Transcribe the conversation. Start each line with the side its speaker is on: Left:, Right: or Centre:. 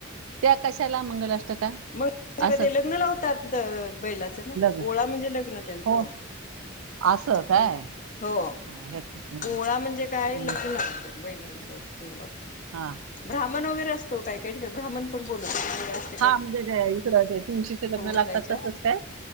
Right: त्या कशाला मंगलाष्टका
Left: मंगलाष्टिका
Right: असं
Left: ते लग्न लावतात. बैलाचं ना
Right: लग्न
Left: ते पोळा म्हणजे लग्न त्यांचं.
Right: हो असं काय
Left: ह्, हो.
Right: हा हे हा
Left: पोळा म्हणजे काय
Right: हम्म.
Left: लग्न बैलांचं. लग्न लावतात.
Right: हा.
Left: ब्राह्मण वगैरे असतो. काही काही ठिकाणी ब्राह्मण पण बोलवतात.
Right: हा, म्हणजे इकडं तुळशीचे जे लग्न लागतात
Left: घालायच्या
Right: तसंच काय?